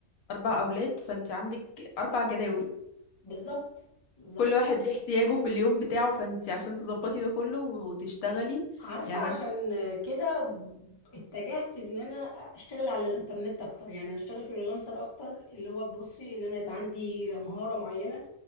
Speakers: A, on the left; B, on the left.
A: اربع اولاد فانت عندك اربع جداول
B: بالظبط بالظبط
A: كل واحد ليه احتياجه في اليوم بتاعه فانت عشان تظبطي ده كله وتشتغلي
B: عارفة
A: يعني
B: عشان
A: أنا-
B: كده اتجهت ان انا اشتغل على الانترنت اكتر يعني اشتغل فريلانسر اكتر اللي هو بصي اللي انا يبقى عندي مهارة معينة